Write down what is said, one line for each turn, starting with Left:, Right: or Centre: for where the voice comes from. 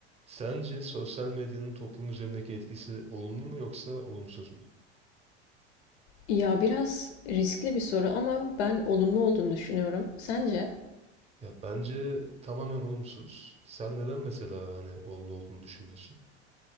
Right: Sence sosyal medyanın toplum üzerindeki etkisi olumlu mu yoksa olumsuz mu?
Left: Ya biraz riskli bir soru ama ben olumlu olduğunu düşünüyorum. Sence?
Right: Ya bence tamamen olumsuz. Sen neden mesela hani olumlu olduğunu düşünüyorsun?